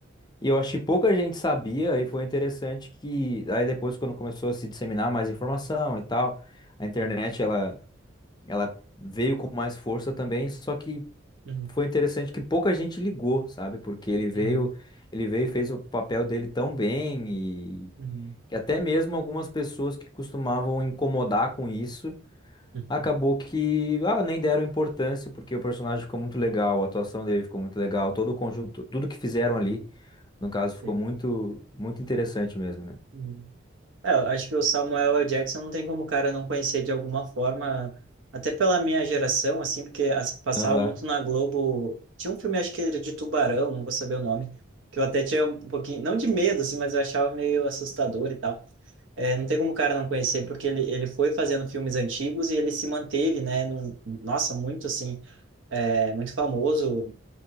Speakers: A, on the left; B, on the right.
A: E eu acho que pouca gente sabia, e foi interessante que aí depois quando começou a se disseminar mais informação e tal, a internet ela ela veio com mais força também, só que
B: uhum,
A: foi interessante que pouca gente ligou, sabe? Porque ele veio,
B: uhum,
A: ele veio e fez o papel dele tão bem e
B: uhum, uhum,
A: que até mesmo algumas pessoas que costumavam incomodar com isso
B: uhum,
A: acabou que ah, nem deram importância, porque o personagem ficou muito legal, a atuação dele ficou muito legal, todo o conjunto, tudo que fizeram ali, no caso, ficou
B: sim.
A: muito, muito interessante mesmo, né?
B: Uhum. É, eu acho que o Samuel L. Jackson não tem como o cara não conhecer de alguma forma, até pela minha geração, assim, porque as- passava
A: Aham.
B: muito na Globo. Tinha um filme, acho que era de Tubarão, não vou saber o nome, que eu até tinha um pouquinho, não de medo, assim, mas eu achava meio assustador e tal. É, não tem como o cara não conhecer, porque ele, ele foi fazendo filmes antigos e ele se manteve, né? num- nossa, muito, assim, é, muito famoso